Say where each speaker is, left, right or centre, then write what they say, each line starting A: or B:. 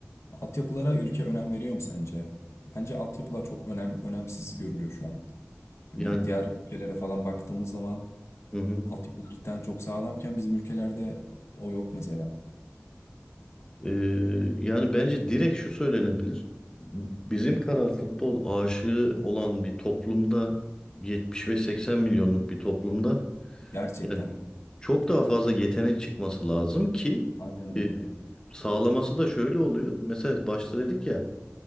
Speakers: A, on the left; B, on the left.
A: Altyapılara ülke önem veriyor mu sence? Bence altyapılar çok önem önemsiz görülüyor şu an.
B: Yani
A: Hani diğer ülkelere falan baktığımız zaman
B: hı hı.
A: altyapılar cidden çok sağlamken bizim ülkelerde o yok mesela.
B: Ee, yani bence direkt şu söylenebilir. Bizim kadar futbol aşığı olan bir toplumda 70 ve 80 milyonluk bir toplumda
A: Gerçekten.
B: yani çok daha fazla yetenek çıkması lazım ki
A: Aynen öyle.
B: e, sağlaması da şöyle oluyor. Mesela başta dedik ya